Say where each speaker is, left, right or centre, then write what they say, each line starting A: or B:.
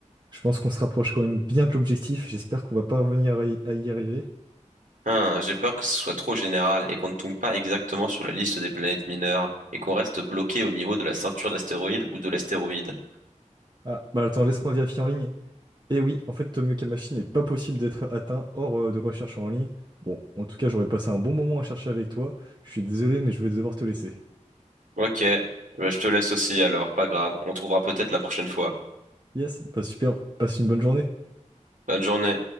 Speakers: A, on the right (about 35°); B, on the right (about 80°).
A: je pense qu'on se rapproche quand même bien de l'objectif, j'espère qu'on va pas revenir à y à y arriver.
B: Hein, j'ai peur que ce soit trop général et qu'on ne tombe pas exactement sur la liste des planètes mineures et qu'on reste bloqué au niveau de la ceinture d'astéroïdes ou de l'astéroïde.
A: Ah, bah attends, laisse-moi vérifier en ligne. Et oui, en fait, Tomioka Machine n'est pas possible d'être atteint hors euh, de recherche en ligne. Bon, en tout cas, j'aurais passé un bon moment à chercher avec toi. Je suis désolé, mais je vais devoir te laisser.
B: Ok, Bah, je te laisse aussi alors, pas grave, on trouvera peut-être la prochaine fois.
A: Yes, bah super, passe une bonne journée.
B: Bonne journée.